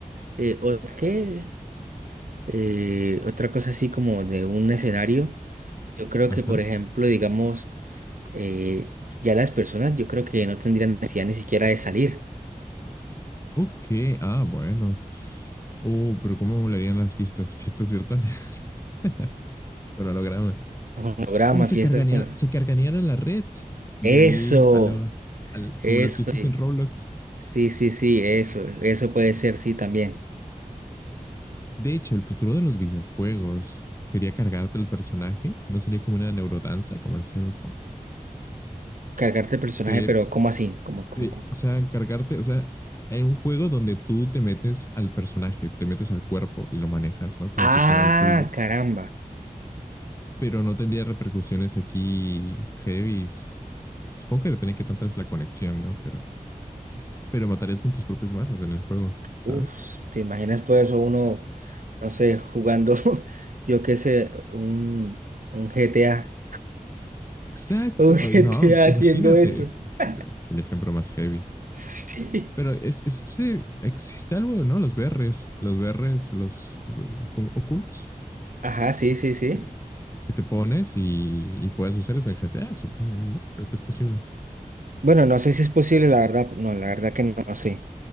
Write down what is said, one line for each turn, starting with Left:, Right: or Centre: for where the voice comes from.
Right: eh, otra, ¿qué? Eh, otra cosa así como de un escenario. Yo creo
Left: Ajá.
Right: que, por ejemplo, digamos, eh, ya las personas, yo creo que no tendrían necesidad ni siquiera de salir.
Left: Ok, ah, bueno. Oh, pero ¿cómo molarían las fiestas? Fiestas virtuales. <laughs> Con holograma.
Right: Con Programas,
Left: O se
Right: fiestas
Left: cargarían,
Right: con...
Left: se cargarían a la red. Y
Right: Eso,
Left: ahí, a lo, al-
Right: eso,
Left: como las fiestas
Right: sí.
Left: en Roblox.
Right: Sí, sí, sí, eso, eso puede ser, sí, también.
Left: De hecho, el futuro de los videojuegos sería cargarte el personaje, no sería como una neurodanza como el Cyberpunk.
Right: Cargarte el personaje,
Left: Sería-
Right: pero ¿cómo así? como como-
Left: sería-
Right: como-
Left: o sea, cargarte, o sea, hay un juego donde tú te metes al personaje, te metes al cuerpo y lo manejas, ¿no? Como
Right: Ah,
Left: si fuera el tuyo,
Right: caramba.
Left: pero no tendría repercusiones aquí heavies. Supongo que depende de qué tanta es la conexión, ¿no? Pero, pero matarías con tus propias manos en el juego, ¿sabes?
Right: Uf, ¿te imaginas todo eso uno, no sé, jugando, <laughs> yo qué sé, un, un GTA,
Left: Exacto.
Right: <laughs> un GTA
Left: Ay, No, imagínate.
Right: haciendo eso?
Left: <laughs> Es que
Right: <laughs>
Left: es el ejemplo más heavy.
Right: Sí.
Left: Pero es, es- sí, existe algo, ¿no? Los BRs, los BRs, los, lo- como Oculus,
Right: Ajá, sí, sí, sí.
Left: que que te pones y, y puedes hacer eso en GTA, supongo, ¿no? Creo que es posible.
Right: Bueno, no sé si es posible, la verdad, no, la verdad que no, no sé,